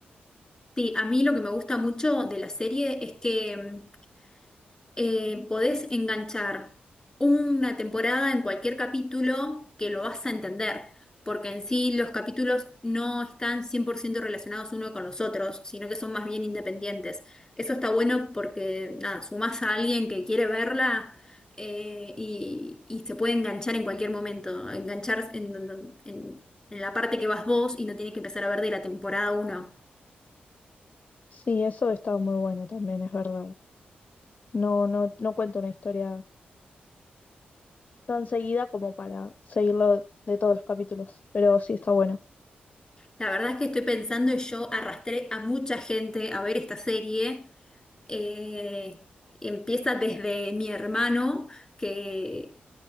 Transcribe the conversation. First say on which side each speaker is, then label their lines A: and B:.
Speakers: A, on the left (about 15°); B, on the left (about 40°).
A: Sí, a mí lo que me gusta mucho de la serie es que... mm, eh, podés enganchar una temporada en cualquier capítulo que lo vas a entender, porque en sí los capítulos no están 100% relacionados uno con los otros, sino que son más bien independientes. Eso está bueno porque, nada, sumás a alguien que quiere verla. eh, y, y se puede enganchar en cualquier momento, enganchar en, donde- en, en la parte que vas vos y no tiene que empezar a ver de la temporada uno.
B: Sí, eso está muy bueno también, es verdad. No, no, no cuento una historia tan seguida como para seguirlo de todos los capítulos, pero sí está bueno.
A: La verdad es que estoy pensando y yo arrastré a mucha gente a ver esta serie eh, empieza desde mi hermano que